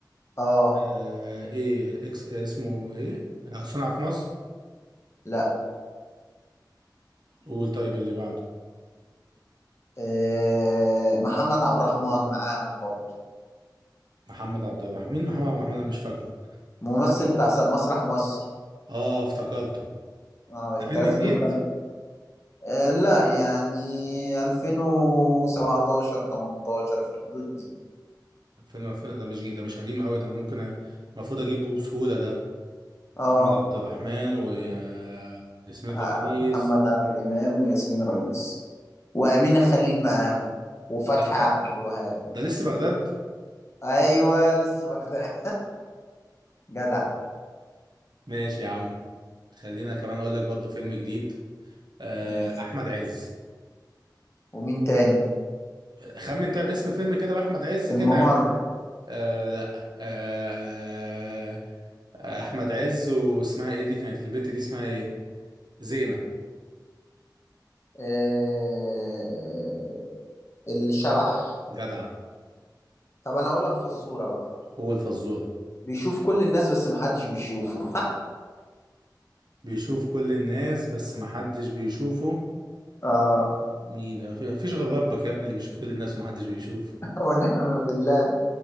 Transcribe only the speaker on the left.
اه
لا
آه محمد عبد الرحمن معاهم برضو
ممثل بتاع س- مسرح مصر
اه التلاتة
دول كانوا آه، لا يعني 2017 18 في الحدود دي
اه
آه،
محمد عادل امام وياسمين رئيس وامينه خليل معاهم وفتحي
عبد الوهاب
ايوه لسه بغداد <laughs> جدع
ماشي
ومين تاني
الممر
آه الشبح
طب انا اقول لك فزوره بقى
بيشوف كل الناس بس محدش بيشوفه
<laughs> اه
ونعم بالله